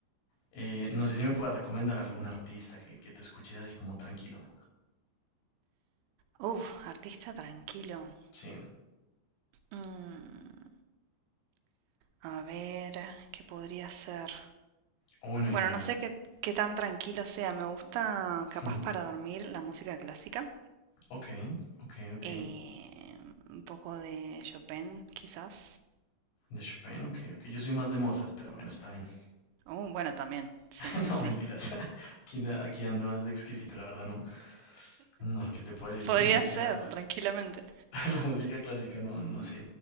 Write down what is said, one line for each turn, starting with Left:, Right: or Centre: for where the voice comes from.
Left: Eh, no sé si me puedes recomendar algún artista que, que tú escuches así como tranquilo.
Right: Uf, artista tranquilo.
Left: Sí,
Right: Mm, a ver, ¿qué podría ser?
Left: o bueno, en
Right: Bueno,
Left: general.
Right: no sé qué, qué tan tranquilo sea. Me gusta,
Left: <laughs>
Right: capaz para dormir, la música clásica.
Left: Ok, ok, ok.
Right: Eh, un poco de Chopin, quizás.
Left: De Chopin, ok, ok. Yo soy más de Mozart, pero bueno, está bien.
Right: Uh, bueno, también. Sí,
Left: <laughs>
Right: sí,
Left: No,
Right: sí.
Left: mentiras. <laughs> Aquí, aquí ando más de exquisito, la verdad, no. No, ¿qué te puedo decir?
Right: Podría
Left: La música,
Right: ser, tranquilamente.
Left: <laughs> la música clásica, no, no sé.